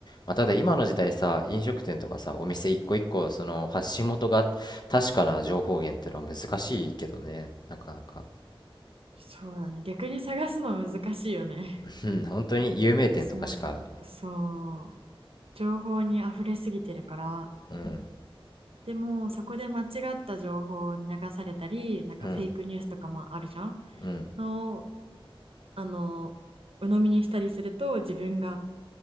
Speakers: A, on the left (about 45°); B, on the right (about 75°).
A: まあただ今の時代さ飲食店とかさお店一個一個その発信元が確かな情報源ってのは難しいけどねなかなか
B: そうだね。逆に探すの難しいよね。
A: うん <laughs> 本当に有名店とかしか
B: <laughs> もう、そう。情報に溢れすぎてるから
A: うん
B: でもそこで間違った情報に流されたりなんかフェイクニュースとかもあるじゃん
A: うんうん
B: のをあの鵜呑みにしたりすると自分が